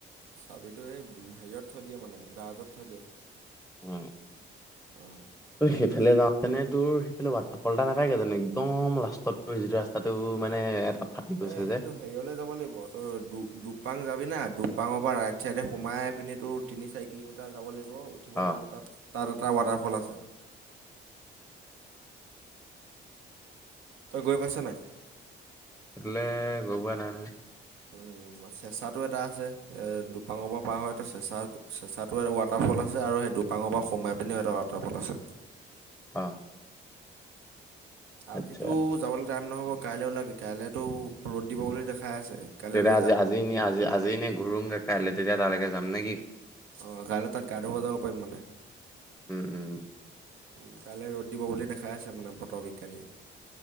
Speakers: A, on the right; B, in the centre.
A: চাবিতটো এই হেৰিত থৈ দিয়ে মানে দ্ৰাজত থৈ দিয়ে।
B: উম।
A: অ'।
B: তই সেইফালে যাওঁতেনে তোৰ সেইফালে ৱাটাৰফল এটা নাপায়গে জানো? একদম লাষ্টত তোৰ যিটো ৰাস্তাটো তোৰ মানে ফাটি গৈছে
A: এ সেইটো
B: যে
A: হেৰি হ'লে যাব লাগিব তোৰ দু দুপাং যাবি না দু দুপাঙৰ পৰা ৰাইট চাইডে সোমাই পিনি তিনি চাৰি কিলোমিটাৰ যাব লাগিব উঠিব
B: অ',
A: লাগিব তাত তাত এটা ৱাটাৰফল আছে। তই গৈ পাইছোঁ নাই।
B: <unintelligible> গৈ পোৱা নাই নহয়।
A: উম। <unintelligible> চেঁচাটো এটা আছে এ দুপাঙৰ পৰা পাৰ হয় চেঁচা চেঁচাটো ৱাটাৰফল আছে আৰু সেই দুপাঙৰ পৰা সোমাই পিনেও এটা ৱাটাৰফল আছে।
B: অ'।
A: আজিতো
B: আচ্ছা
A: যাব লা টাইম নহ'ব কাইলৈ ওলাবি কাইলেতো ৰ'দ দিব বুলি দেখাই আছে। কাইলৈ
B: তেতিয়া
A: লৈ
B: আজি
A: যাম
B: আজি নে আজি আজি নে ঘূৰংগে কাইলে তেতিয়া তালৈকে যাম নেকি
A: অ' কালিলৈ তাত গা ধুব যাব পাৰিম মানে।
B: উম, উম।
A: উম, কাইলৈ ৰ'দ দিব বুলি দেখাই আছে মানে বতৰ বিজ্ঞানীয়ে।